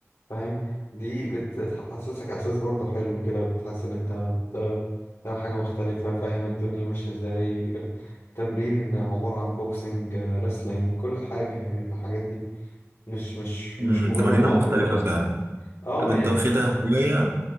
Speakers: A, on the left; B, on the right.
A: فاهم دي بتحسسك احساس برضه حلو كده بتحس ان انت بت- بتعمل حاجه مختلفه فاهم الدنيا ماشيه ازاي تمرين عباره عن بوكسنج ريسلينج كل حاجه يعني من الحاجات دي مش مش مش
B: مم،
A: مجرد
B: تمارينها
A: عنف
B: مختلفة
A: وخلاص
B: فعلا
A: يعني اه
B: طب انت
A: يعني
B: واخدها
A: ف-
B: هواية